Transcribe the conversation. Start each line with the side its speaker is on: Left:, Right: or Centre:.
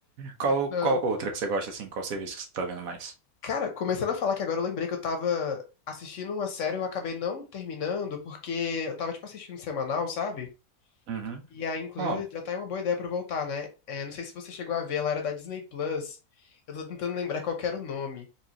Right: Qual,
Left: Não.
Right: qual outra que você gosta, assim? Qual serviço que você tá vendo mais?
Left: Cara, começando a falar que agora eu lembrei que eu tava assistindo uma série, eu acabei não terminando, porque eu tava, tipo, assistindo semanal, sabe?
Right: Uhum.
Left: E aí, inclusive,
Right: Qual?
Left: já tá aí uma boa ideia pra eu voltar, né? É, não sei se você chegou a ver, ela era da Disney Plus. Eu tô tentando lembrar qual que era o nome,